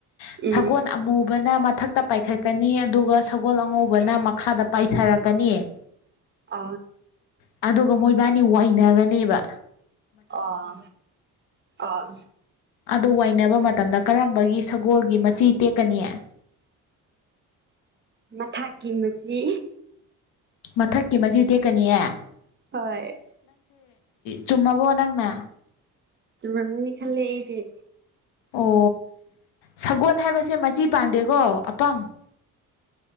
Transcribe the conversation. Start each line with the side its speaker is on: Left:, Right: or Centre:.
Left: ꯁꯒꯣꯜ
Right: ꯎꯝ
Left: ꯑꯃꯨꯕꯅ ꯃꯊꯛꯇ ꯄꯥꯏꯈꯠꯀꯅꯤ ꯑꯗꯨꯒ ꯁꯒꯣꯜ ꯑꯉꯧꯕꯅ ꯃꯈꯥꯗ ꯄꯥꯏꯊꯔꯛꯀꯅꯤ
Right: ꯑꯥ
Left: ꯑꯗꯨꯒ ꯃꯣꯏꯕꯥꯅꯤ ꯋꯥꯅꯒꯅꯤꯕ
Right: ꯑꯥ ꯑꯥ
Left: ꯑꯗꯨ ꯋꯥꯏꯅꯕ ꯃꯇꯝꯗ ꯀꯔꯝꯕꯒꯤ ꯁꯒꯣꯜꯒꯤ ꯃꯆꯤ ꯇꯦꯛꯀꯅꯤ
Right: ꯃꯊꯛꯀꯤ ꯃꯆꯤ
Left: ꯃꯊꯛꯀꯤ ꯃꯆꯤ ꯇꯦꯛꯀꯅꯤꯌꯦ
Right: ꯍꯣꯏ
Left: ꯆꯨꯝꯃꯕꯨ ꯅꯥꯪꯅ
Right: ꯆꯨꯝꯃꯒꯅꯤ ꯈꯂꯦ ꯑꯩꯗꯤꯦ
Left: ꯑꯣ ꯁꯒꯣꯜ ꯍꯥꯏꯕꯁꯦ ꯃꯆꯤ ꯄꯥꯟꯗꯦꯀꯣ ꯑꯄꯪ ꯍꯤ